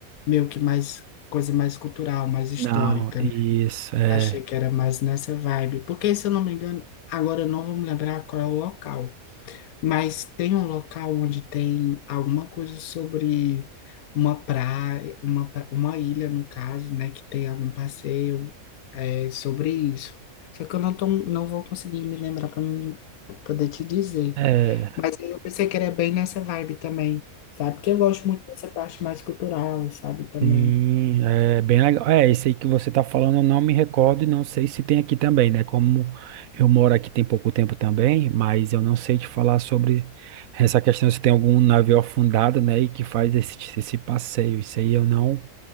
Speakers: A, on the left (about 85°); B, on the right (about 75°).
A: meio que mais, coisa mais cultural, mais histórica,
B: Não, isso
A: né?
B: é,
A: Achei que era mais nessa vibe, porque se eu não me engano, agora eu não vou me lembrar qual é o local. Mas tem um local onde tem alguma coisa sobre uma praia, uma, pra- uma ilha, no caso, né? Que tem algum passeio é, sobre isso. Só que eu não, tô, não vou conseguir me lembrar para poder te dizer.
B: é.
A: Mas aí eu pensei que era bem nessa vibe também, sabe? Porque eu gosto muito dessa parte mais cultural, sabe? Também.
B: Sim, é bem legal. É, esse aí que você está falando, eu não me recordo e não sei se tem aqui também, né? Como eu moro aqui tem pouco tempo também, mas eu não sei te falar sobre essa questão se tem algum navio afundado, né? E que faz esse, esse passeio. Isso aí eu não.